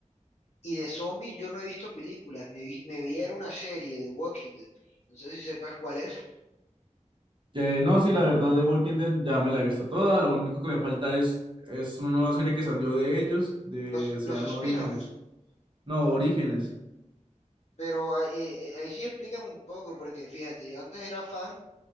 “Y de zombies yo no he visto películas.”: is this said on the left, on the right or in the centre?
Left